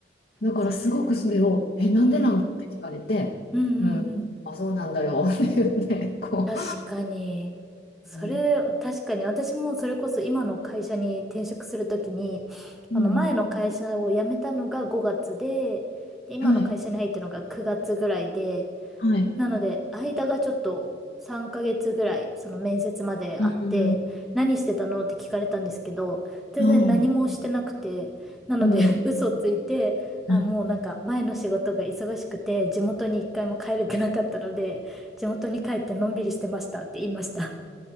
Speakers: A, on the left (about 55°); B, in the centre.
A: だからすごくそれを、
B: それ、
A: え、なんでなんだって聞かれて、
B: うん、うんうんうん。
A: うん、あ、そうなんだよって言って、こ
B: 確かに。それ、
A: う、うん、
B: 確かに。私もそれこそ今の会社に転職するときに、
A: うん
B: あの前の会社を辞めたのが5月で、で、今の会社に入ったのが9月ぐらいで、
A: はい、はい、
B: なので、間がちょっと3ヶ月ぐらい、その面接まであって、
A: うん
B: 何してたのって聞かれたんですけど、全然何もしてなくて、
A: ああ、
B: なので、
A: うん。
B: <laughs> 嘘ついて、
A: は
B: あ、もうなんか前の仕事が忙しくて、地元に一回も帰れてなかったので、地元に帰ってのんびりしてましたって言いました。